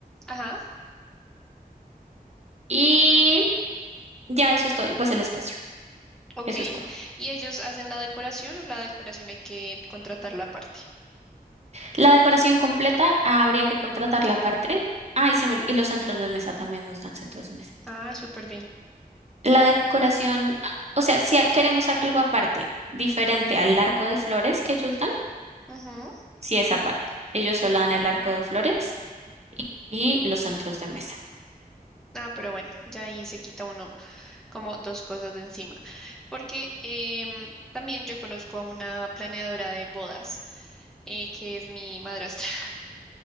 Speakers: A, in the centre; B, on the right (about 45°).
A: ajá.
B: y ya eso es todo, y pues el espacio,
A: Ok.
B: eso es todo.
A: ¿Y ellos hacen la decoración o la decoración hay que contratarla aparte?
B: La decoración completa habría que contratar la parte, ah, y, se me olvi- y los centros de mesa también nos dan centros de mesa.
A: Ah, súper bien.
B: La decoración, ah, o sea, si a- queremos algo aparte, diferente
A: Ok.
B: al arco de flores que ellos dan,
A: Ujú.
B: Sí, esa parte. Ellos solo dan el arco de flores y, y los centros de mesa.
A: Ah, pero bueno, ya ahí se quita uno como dos cosas de encima. Porque em, también yo conozco a una planeadora de bodas, eh, que es mi madrastra. <laughs>